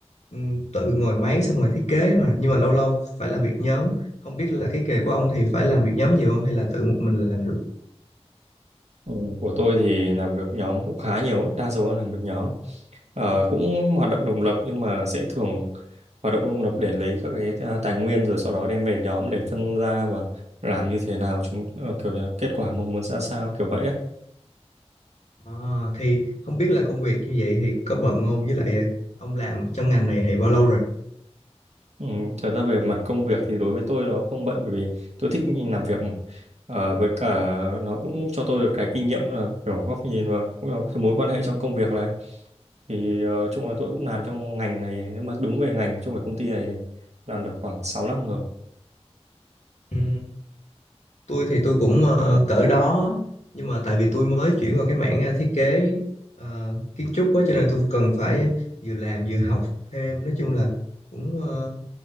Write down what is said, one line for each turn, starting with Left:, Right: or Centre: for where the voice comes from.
Left: ừm, tự ngồi máy xong rồi thiết kế mà nhưng mà lâu lâu phải làm việc nhóm không biết là cái nghề của ông thì phải làm việc nhóm nhiều không hay là tự một mình là làm được
Right: Ừ, Của tôi thì làm việc nhóm cũng khá nhiều, đa số là làm việc nhóm. Ờ, cũng hoạt động độc lập nhưng mà sẽ thường hoạt động độc lập để lấy các cái ờ, tài nguyên rồi sau đó đem về nhóm để phân ra và làm như thế nào chúng ờ, kiểu như là kết quả mong muốn ra sao kiểu vậy á.
Left: à, thì không biết là công việc như vậy thì có bận không với lại ờ, ông làm trong ngành này thì bao lâu rồi
Right: Ừ, thật ra về mặt công việc thì đối với tôi nó không bận bởi vì tôi thích làm việc mà. Ờ, với cả nó cũng cho tôi được cái kinh nghiệm là kiểu góc nhìn và cũng là cái mối quan hệ trong công việc này thì ờ, chung là tôi cũng làm trong ngành này nếu mà đúng về ngành trong cái công ty này thì làm được khoảng sáu năm rồi
Left: Ừ. tôi thì tôi cũng ờ, cỡ đó nhưng mà tại vì tôi mới chuyển vào cái mảng ờ, thiết kế ờ, kiến trúc á cho nên tôi cần phải vừa làm vừa học thêm nói chung là cũng ờ,